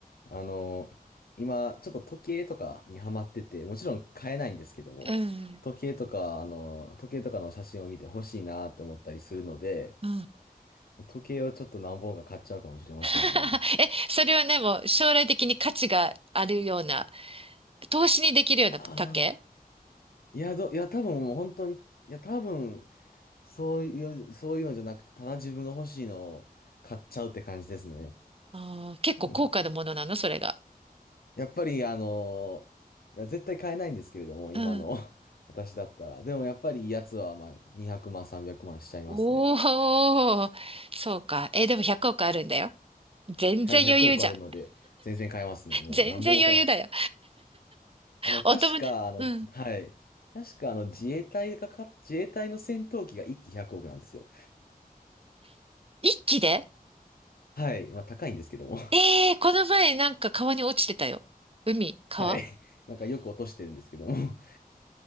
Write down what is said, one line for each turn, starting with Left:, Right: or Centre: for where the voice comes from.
Left: あの、今、ちょっと時計とかにハマってて、もちろん買えないんですけども、
Right: うん。
Left: 時計とか、あの、時計とかの写真を見て欲しいなって思ったりするので、
Right: うん。
Left: 時計をちょっと何本か買っちゃうかもしれませんね。
Right: <laughs> え、それはね、もう将来的に価値があるような、投資にできるような竹
Left: ああ、いや、ど、いや、多分もう本当に、いや、多分そういう、そういうのじゃなくて、ただ自分が欲しいのを買っちゃうって感じですね。
Right: あー結構高価なものなの、
Left: 多分。
Right: それが。
Left: やっぱり、あのいや、絶対買えないんですけれども、
Right: うん。
Left: 今の <laughs> 私だったら。でもやっぱりいいやつは、まあ、200万、300万しちゃいますね。
Right: おー、そうか。え、でも100億あるんだよ。全然余裕じゃん。
Left: はい、100億あるので、全然買えますね。もう何本も買え、
Right: 全然余裕だよ。
Left: あの、
Right: お友達、
Left: 確か、あの、
Right: うん。
Left: はい。確か、あの、自衛隊がか、自衛隊の戦闘機が1機100億なんですよ。
Right: 一気で
Left: はい。まあ、高いんですけども。<laughs>
Right: ええー、この前なんか川に落ちてたよ。海、川
Left: はい。なんかよく落としてるんですけども。<laughs>